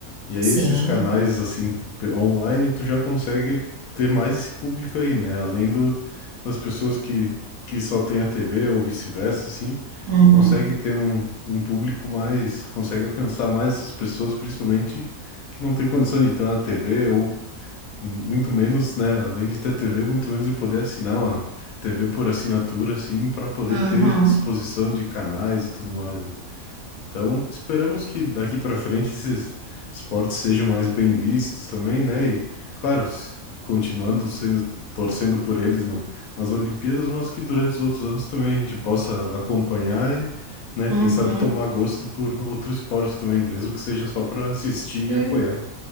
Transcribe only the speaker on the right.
Sim.
Uhum.
Uhum.
Uhum.
E,